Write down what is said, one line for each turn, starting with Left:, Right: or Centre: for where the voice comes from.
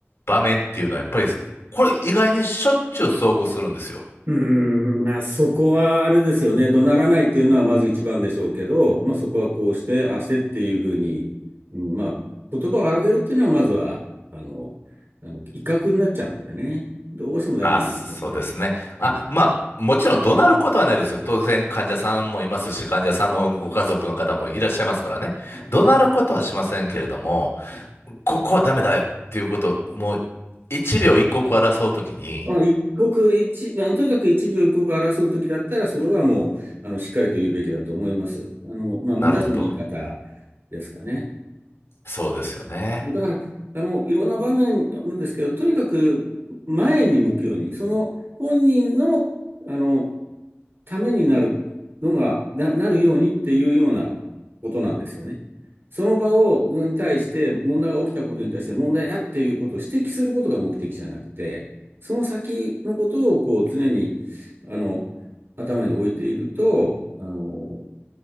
Left: 場面っていうのはやっぱり、これ意外にしょっちゅう遭遇するんですよ。
Right: うーん、まあ、そこはあれですよね。怒鳴らないっていうのはまず一番でしょうけど、まあ、そこはこうして、ああしてっていうふうに、うんまあ、言葉を荒げるっていうのはまずは、あの、あの威嚇になっちゃうんでね。どうしてもダメなんですよね。
Left: あ、そうですね。あ、
Right: はい
Left: まあ、もちろん怒鳴ることはないですよ。当然患者さんもいますし、患者さんのご家族の方もいらっしゃいますからね。
Right: はい
Left: 怒鳴ることはしませんけれども、
Right: はい
Left: ここはダメだよっていうこと、もう一秒一刻を争うときに、
Right: まあ、一刻一、まあの、とにかく一秒一刻を争うときだったら、それはもう、あの、しっかりと言うべきだと思います。あの、まあ、問題はその言い方ですかね。
Left: なるほど。そうですよね。
Right: だから、あの、いろんな場面あるんですけど、とにかく前に向くように、その本人の、あの、ためになるのが、な、なるようにっていうようなことなんですよね。その場を、に対して、問題が起きたことに対して問題だっていうことを指摘することが目的じゃなくて、その先のことをこう常に、あの、頭に置いていると、あの、